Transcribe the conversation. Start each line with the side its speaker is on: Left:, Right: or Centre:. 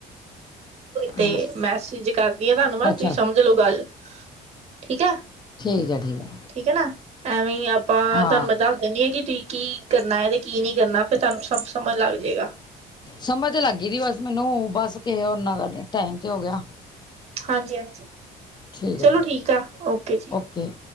Right: ਤੇ
Left: ਹਾਂਜੀ
Right: ਮੈਸਜ ਕਰਦੀ ਹਾਂ ਤੁਹਨੂੰਵਾਦ
Left: ਅੱਛਾ
Right: ਤੁਸੀਂ ਸਮਝ ਲੋੋ ਗੱਲ ਠੀਕ ਹੈ
Left: ਠੀਕ ਹੈ ਠੀਕ ਹੈ
Right: ਠੀਕ ਹੈ ਨਾ ਐਵੇਂ ਆਪਾਂ
Left: ਹਾਂ
Right: ਤੁਹਾਨੂੰ ਵਾ ਦੱਸ ਦਿੰਨੀ ਆਾਂ ਕਿ ਕਰਨਾ ਹੈ ਤੇ ਕੀ ਨਹੀਂ ਕਰਨਾ ਫਿਰ ਤੁਹਾਨੂੰ ਸਭ ਸਮਝ ਲੱਗ ਜਾਏਗਾ
Left: ਸਮਝ ਤੇ ਲੱਗ ਗਈ ਸੀ ਬਸ ਮੈਨੂੰ ਬਸ ਓਨਾ ਕਰ ਟਾਈਮ ਤੇ ਹੋ ਗਿਆ
Right: ਹਾਂਜੀ ਹਾਂਜੀ
Left: ਠੀਕ ਹੈ
Right: ਚਲੋ
Left: ਫਿਰ
Right: ਆ ਜੀ
Left: ਓਕੇ